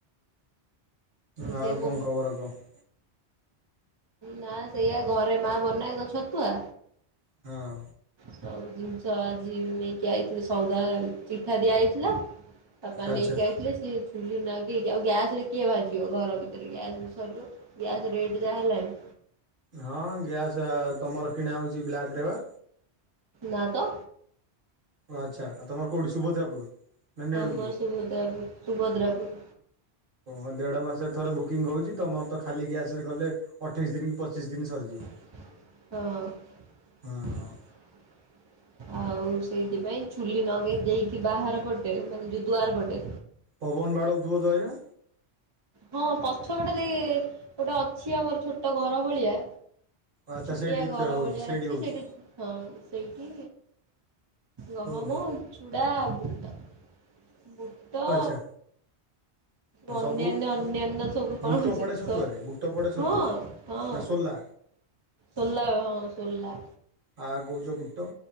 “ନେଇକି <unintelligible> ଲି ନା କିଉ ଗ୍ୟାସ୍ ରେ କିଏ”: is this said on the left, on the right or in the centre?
Right